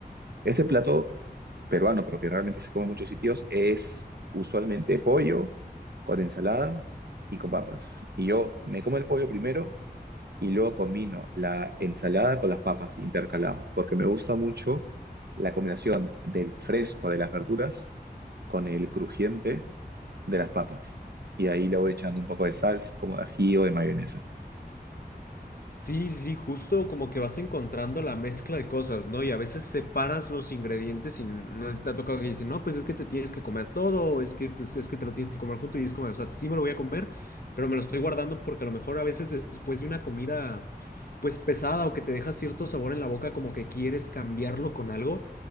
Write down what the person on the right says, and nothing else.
este plato peruano, pero que realmente se come en muchos sitios, es usualmente pollo con ensalada y con papas. Y yo me como el pollo primero y luego combino la ensalada con las papas intercalado, porque me gusta mucho la combinación del fresco de las verduras con el crujiente de las papas. Y ahí le voy echando un poco de salsa, como de ají o de mayonesa.